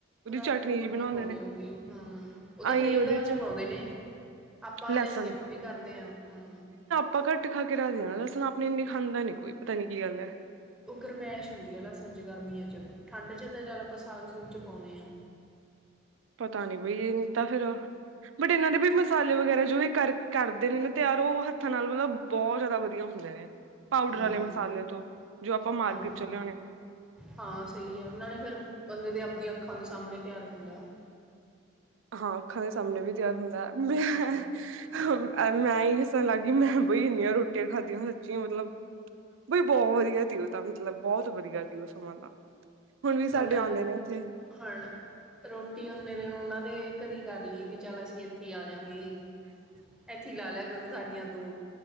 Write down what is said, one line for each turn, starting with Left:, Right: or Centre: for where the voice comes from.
Right: ਉਹਦੀ
Centre: ਰਗੜ-
Right: ਚਟਨੀ
Centre: ਰੁਗੜ
Right: ਜੀ ਬਣਾਉਂਦੇ
Centre: ਕੇ ਪਾਉਦੇ
Right: ਨੇ
Centre: ਹੋਣਗੇ, ਹਾਂ ਉਹ ਤਾਂ
Right: ਆਈ
Centre: ਹਰੇਕ
Right: ਉਹਦੇ
Centre: ਦਾਲ 'ਚ ਪਾਉਦੇ ਨੇ- ਆਪਾ
Right: ਲਸਣ
Centre: ਹਾਲੇ ਸਕਿੱਪ ਵੀ ਕਰਦੇ ਆਂ ਹੂ
Right: ਆਪਾ ਘੱਟ ਖਾ ਕੇ ਰੱਖ ਦੇਣਾ, ਲਸਣ ਆਪਣੇ ਇਨੀ ਖਾਦਾ ਨੀ ਕੋਈ ਪਤਾ ਨੀ ਕੀ ਗੱਲ ਹੈ।
Centre: ਉਹ ਗਰਮੈਸ਼ ਹੁੰਦੀ ਹੈਨਾ ਲਸਣ ਚ ਗਰਮੀਆਂ 'ਚ, ਠੰਡ 'ਚ ਤਾਂ ਚੱਲ ਆਪਾ ਸਾਗ ਸੂਗ 'ਚ ਪਾਉਦੇ ਹਾਂ-
Right: ਪਤਾ ਨੀ ਬਈ, ਇਹ ਨੂੰ ਤਾਂ ਫੇਰ- ਬਟ ਇਹਨਾਂ ਦੇ ਵੀ ਮਸਾਲੇ ਵਗੈਰਾ ਜੋ ਇਹ ਕਰ ਕਰਦੇ ਨੇ ਨਾ ਤਿਆਰ, ਉਹ ਹੱਥਾਂ ਨਾਲ ਮਤਲਬ- ਬਹੁਤ ਜਿਆਦਾ ਵਧੀਆ ਹੁੰਦੇ ਨੇ, ਪਾਊਡਰ
Centre: ਹੂੰ
Right: ਵਾਲੇ ਮਸਾਲੇ ਤੋ ਜੋ ਆਪਾ ਮਾਰਕੀਟ
Centre: ਹਾਂ
Right: 'ਚ ਲਿਆਉਣੇ-
Centre: ਹਾਂ ਸਹੀ ਆ, ਨਾਲੇ ਫੇਰ ਬੰਦੇ ਤੇ ਆਪਦੀਆਂ ਅੱਖਾਂ ਦੇ ਸਾਹਮਣੇ ਤਿਆਰ ਹੁੰਦਾ-
Right: ਹਾਂ ਅੱਖਾਂ ਦੇ ਸਾਹਮਣੇ ਵੀ ਤਿਆਰ ਹੁੰਦਾ ਮ-
Centre: ਹੂੰ
Right: ਐ ਮੈਂ ਹੱਸਣ ਲੱਗ ਗਈ, ਮੈਂ ਬਈ ਇਨੀ ਰੋਟੀਆਂ ਖਾਦੀਆਂ ਸੱਚੀ ਮਤਲਬ- ਬਈ ਬਹੁਤ ਵਧੀਆ ਸੀ ਓ ਤਾ ਮਤਲਬ ਬਹੁਤ ਵਧੀਆ ਸੀ ਓ ਸਮਾਂ ਤਾ, ਹੁਣ ਵੀ ਸਾਡੇ
Centre: ਮਤਲਬ
Right: ਆਉਂਦੇ ਨੇ ਓਥੇ।
Centre: ਹੁਣ ਰੋਟੀ ਓਨੇ ਦਿਨ ਉਹਨਾ ਦੇ ਘਰੀਂ ਕਰ ਲਈ ਵੀ ਚੱਲ ਅਸੀ ਇਥੇ ਹੀ ਆ ਜਾਗੇ। ਏਥੇ ਲਾ ਲਿਆ ਕਰੋ ਸਾਡੀਆਂ ਦੋ।